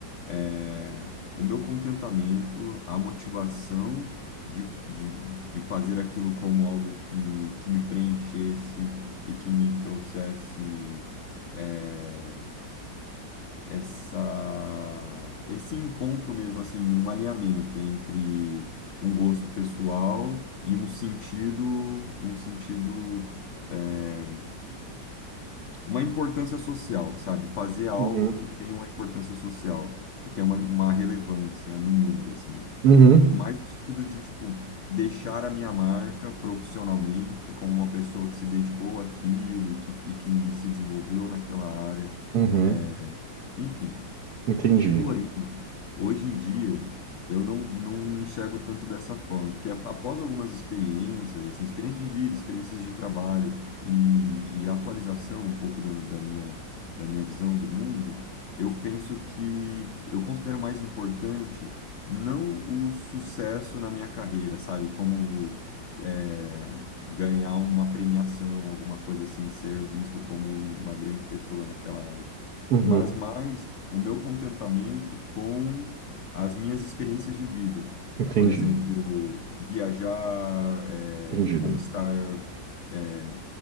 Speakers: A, on the left; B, on the right.
A: eh, o meu contentamento, a motivação de, de, de fazer aquilo como algo que, que me preenchesse e que me trouxesse é, essa esse encontro mesmo assim, num alinhamento entre um gosto pessoal e um sentido, um sentido é, uma importância social, sabe? Fazer algo
B: Uhum.
A: que tenha uma importância social, que tenha uma, uma relevância no mundo, assim.
B: Uhum,
A: Mais no sentido de, tipo, deixar a minha marca profissionalmente como uma pessoa que se dedicou àquilo e que, e que se desenvolveu naquela área.
B: uhum,
A: É, enfim.
B: entendi.
A: Porém, hoje em dia, eu não, não enxergo tanto dessa forma, porque ap- após algumas experiências, assim, experiências de vida, experiências de trabalho e, e atualização um pouco da, da minha, da minha visão do mundo, eu penso que eu considero mais importante não o sucesso na minha carreira, sabe? Como é, ganhar uma premiação, alguma coisa assim, ser visto como um, uma grande pessoa naquela área.
B: Uhum,
A: Mas mais o meu contentamento com as minhas experiências de vida.
B: entendido,
A: Por exemplo, viajar, eh,
B: entendido.
A: conquistar, eh,